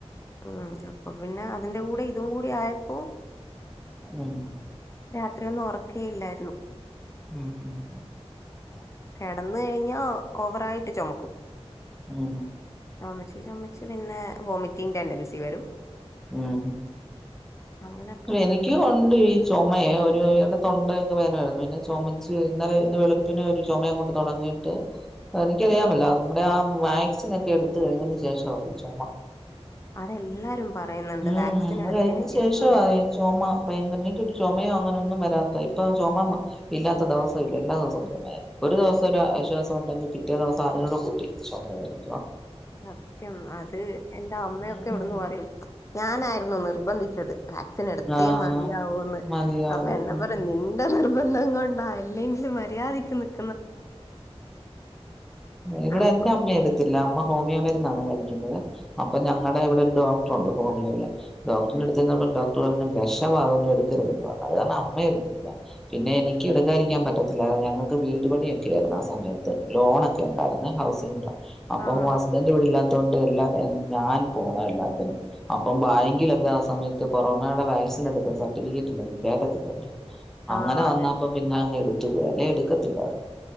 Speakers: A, on the left; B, in the centre.
A: ഉം അപ്പൊ പിന്നെ അതിന്റെ കൂടെ ഇതും കൂടി ആയപ്പോ
B: ഉം
A: രാത്രി ഒന്നും ഉറക്കേയില്ലായിരുന്നു
B: <unintelligible>
A: കന്ന് കഴിഞ്ഞാ ഓവറായിട്ട് ചൊമക്കും
B: ഉം
A: ചുമച്ച് ചുമച്ച് പിന്നെ വോമിറ്റിംഗ് ടെൻഡൻസി വരും
B: ഉം
A: അങ്ങനൊക്കെ
B: ഉം
A: ഫുൾ
B: എനിക്കുവൊണ്ട്
A: പ്രശ്നം
B: ഈ ചൊമേയേ ഒരു ഇടെ തൊണ്ടയൊക്കെ വേനായിരുന്നു പിന്നെ ചുമച്ച് ഇന്നലെ ഇന്ന് വെളുപ്പിന് ഒരു ചുമ അങ്ങോട്ട് തുടങ്ങിയിട്ട് എനിക്കറിയാമല്ല
A: ആ
B: നമ്മുടെ ആ വാക്സിനൊക്കെ എടുത്ത കഴിഞ്ഞേന് ശേഷമാ ചൊമ
A: അതെല്ലാരും പറയുന്നുണ്ട്
B: ഉം
A: വാക്സിൻ എടുത്തതിന്
B: അത് കഴിഞ്ഞേന്
A: ശേഷം
B: ശേഷവാ ഈ ചൊമ ഭയങ്കര എനിക്കൊരു ചൊമയോ അങ്ങനെൊന്നും വരാത്ത ഇപ്പൊ ചുമ ഇല്ലാത്ത ദെവസം ഇല്ല എല്ലാ ദിവസവും ചുമയാ ഒരു ദെവസം ഒരു
A: ഉം
B: ആശ്വാസണ്ടെങ്കി പി പിറ്റേ ദിവസം അതിനോട് കൂട്ടി ചൊമയായിരുന്നു
A: സത്യം അത് എന്റെ അമ്മയൊക്കെ
B: ഉം
A: ഇവിടന്ന് പറയും ഞാനായിരുന്നു നിർബന്ധിച്ചത് വാക്സിൻ എടുത്തേ
B: ആഹ്
A: മതിയാവോന്ന്
B: മതിയാവും
A: അപ്പൊ എന്ന പറം
B: ഉം
A: നിന്റ നിർബന്ധം കൊണ്ടാ അല്ലെങ്കില് മര്യാദക്ക് നിക്
B: ഇവിടെ
A: അപ്പൊ
B: എന്റെ അമ്മെ
A: പിന്നെ
B: എടുത്തില്ല മ ഹോമിയോ മരുന്നാണ് കഴിക്കുന്നത് അപ്പൊ ഞങ്ങടെ ഇവിടെ ഒരു ഡോക്ടറുണ്ട് ഹോമിയോയില് ഡോക്ടിന്റെടുത്ത്
A: ആ
B: ചെന്നപ്പോ ഡോ ക്ട്രറ് ഞ്ഞ് വെഷവാ അതൊന്നും എടുക്കരുതെന്ന് പറഞ്ഞ് അത്കാരണം അമ്മയെടുത്തില്ല പിന്നെ എനിക്ക് എടുക്കാതിരിക്കാൻ പറ്റത്തില്ലാര്ന്ന് ഞങ്ങക്ക് വീട്ടു പണിയൊക്കെയായിരുന്നു ആ സമയത്ത് ലോണൊക്കെ ഒണ്ടായിരുന്നു ഹൗസിന്റെ അപ്പം
A: ആ
B: ഹസ്ബൻഡ് ഇവടില്ലാത്ത ത്തോണ്ട്എല്ലാം ഞാൻ പോണ എല്ലാത്തിനും അപ്പം ബാങ്കിലൊക്കെ ആ സമയത്ത് കൊറോണായുടെ വാക്സിൻ എടുത്ത സർട്ടിഫിക്കെറ്റ് ഇല്ലെങ്കിൽ കേറ്റത്തില്ലന്നെ
A: ആ ആ,
B: അങ്ങനെ
A: അതെ
B: വന്നാപ്പം
A: അതെ
B: പിന്നെ അങ്ങ് എടു ത്തു പോയിഅല്ലെ എടുക്ക ത്തില്ലാര്ന്ന്